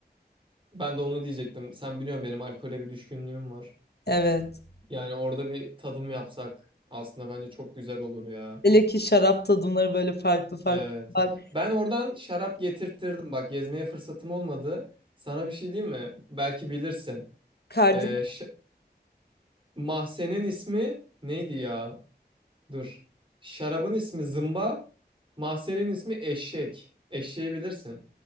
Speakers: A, on the right; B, on the left.
A: Ben de onu diyecektim. Sen biliyorsun benim alkole bir düşkünlüğüm var.
B: Evet.
A: Yani orada bir tadım yapsak aslında bence çok güzel olur ya.
B: Hele ki şarap tadımları böyle farklı farklı
A: Evet.
B: var.
A: Ben oradan şarap getirttirdim. Bak gezmeye fırsatım olmadı. Sana bir şey diyeyim mi? Belki bilirsin.
B: Kardinal.
A: Ee, ş- Mahzenin ismi neydi ya? Dur. Şarabın ismi zımba. Mahzenin ismi eşek. Eşeği bilirsin.